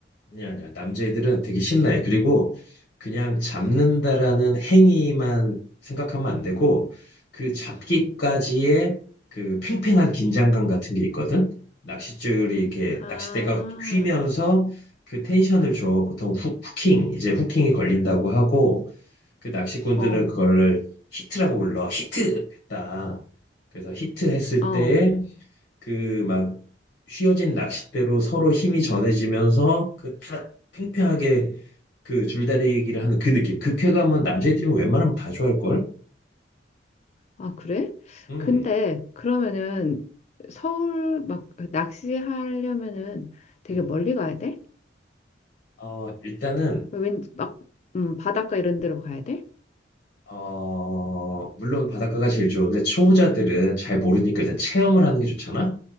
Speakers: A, on the left; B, on the left.
A: 아니야, 아니야. 남자애들은 되게 신나해. 그리고 그냥 잡는다라는 행위만 생각하면 안 되고, 그 잡기까지의 그 팽팽한 긴장감 같은 게 있거든? 낚싯줄이 이렇게,
B: 아,
A: 낚싯대가 휘면서 그 텐션을 줘. 보통 후, 킹 이제 후킹이 걸린다고 하고, 그 낚시꾼들은
B: 어,
A: 그걸 히트라고 불러. 히트! 했다. 그래서 히트 했을
B: 어.
A: 때에 그 막 휘어진 낚싯대로 서로 힘이 전해지면서 그 타, 팽팽하게 그 줄다리기를 하는 그 느낌. 그 쾌감은 남자애들이 웬만하면 다 좋아할걸?
B: 아, 그래?
A: 음,
B: 근데 그러면은 서울 막 낚시하려면은 되게
A: 음.
B: 멀리 가야 돼?
A: 어, 일단은
B: 왠 막, 음, 바닷가 이런 데로 가야 돼?
A: 어, 물론 바닷가가 제일 좋은데 초보자들은 잘 모르니까 일단 체험을 하는 게 좋잖아.